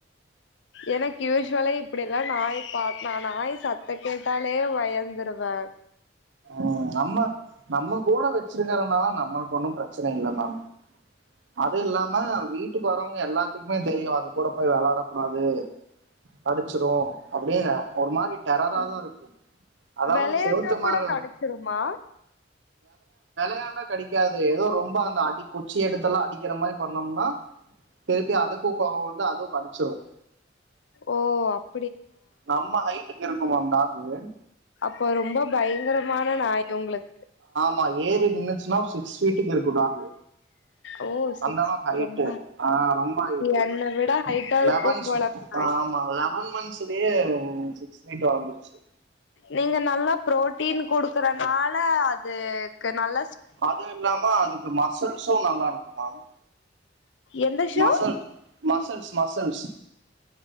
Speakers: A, on the left; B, on the right.
A: எனக்கு யூஸ்சுவலா இப்படில்லாம் நாய் பா நா நாய் சத்த கேட்டாலே பயந்துருவே ஆ
B: ம் நம்ம நம்ம கூட வச்சிருக்கறனால நம்மளுக்கு ஒன்னும் ப்ரச்சன இல்ல மேம் அது இல்லாம வீட்டுக்கு வர்றவங்க எல்லாத்து க்மே தெரியு அது கூட போய் வெளாடக் கூடாது கடிச்சிரு அப்டீனு ஒரு மாரி டெரரா தா இருக்கு அதாவது
A: வெளையாண்டா
B: செவுத்து
A: கூட
B: மேல
A: கடிச்சிருமா
B: ளையாண்டா கடிக்காது ஏதோ ரொம்ப அந்த அடி குச்சி எடுத்தெல்லா அடிக்கிற மாறி பண்ணோம்னா திருப்பி அதுக்கு கோவொ வந்து அதுவு கடிச்சிரு
A: ஓ அப்
B: நம்ம ஹைட்டுக்கு இருக்கும் மேம் டாகு
A: அப்போ ரொம்ப பயங்ரமான நாயி உங்குளுக்
B: மா ஏறி நின்னுச்சுனா சிக்ஸ் ஃபீட்டுக்கு இருக்கு டாகு
A: ஓ சிக்ஸ்
B: அந்தளவுக்கு ஹைட்டு
A: ரொம்ப
B: ஆ ரொம்ப ஹைட்டு
A: என்ன விட ஹைட்டா இருக்கும்
B: லென்ஸ்
A: போல அந்த நாய்
B: அ ஆமா லெவன் மந்த்ஸுலயே சிக்ஸ் ஃபீட் வளர்ந்துருச்சு
A: நீங்க நல்லா ப்ரோட்டீன் குடுக்குற னால அதுக்கு நல்ல
B: அது இல்லாம அதுக்கு மசுல்ஸு நல்லா இருக்கும் மேம்
A: எந்த ஷோ
B: மசில் மசில்ஸ் மசில்ஸ்